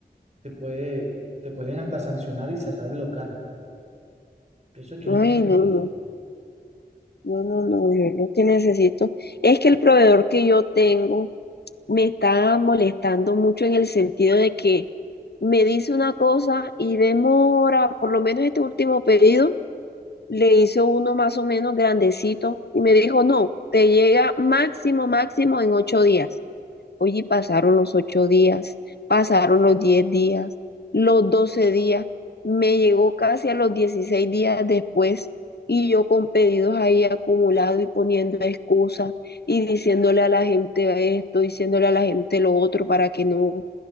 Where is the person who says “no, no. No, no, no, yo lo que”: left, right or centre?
Left